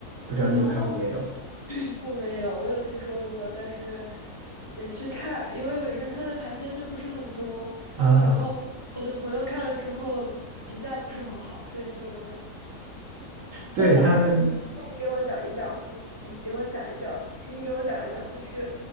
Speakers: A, on the right (about 60°); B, on the left (about 20°).
A: 不知道你有看过没有？
B: 哦，<clears throat> 我没有，我有听说过，但是没去看，因为本身它的排片就不是很多，
A: 啊，
B: 然后我的朋友看了之后评价不是很好，所以就没有很。
A: 对，
B: 他讲了什么？
A: 他们，
B: 那你给我讲一讲，你你给我讲一讲，请你给我讲一讲，他是